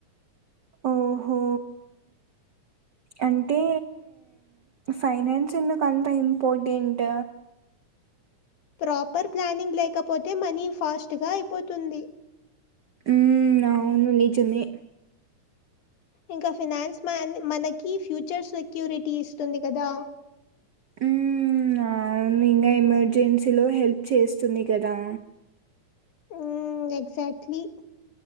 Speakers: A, on the right; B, on the left.
A: ఓహో అంటే ఫైనాన్స్ ఎందుకంత ఇంపార్టెంట్
B: ప్రాపర్ ప్లానింగ్ లేకపోతే మనీ ఫాస్ట్గా అయిపోతుంది
A: ఉమ్ అవును నిజమే
B: ఇంక ఫినాన్స్ మాన్ మనకి ఫ్యూచర్ సెక్యూరిటీ ఇస్తుంది గదా
A: ఉమ్ ఆ ఇంకా ఎమర్జెన్సీలో హెల్ప్ చేస్తుంది గదా
B: ఉమ్ ఎక్సాక్ట్లీ